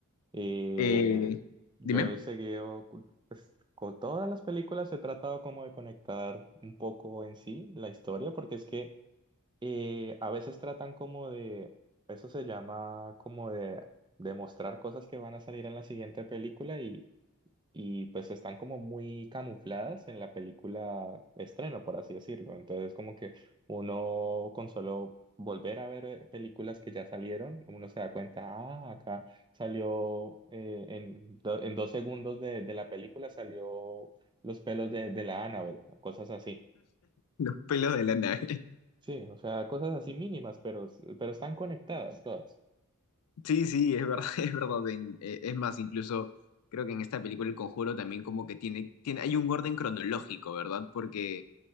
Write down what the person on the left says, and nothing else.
Eh,
dime,
los pelos de la nave.
Sí, sí, es verdad, <laughs> es verdad. en- eh, es más, incluso creo que en esta película El Conjuro también como que tiene, tiene, hay un orden cronológico, ¿verdad? Porque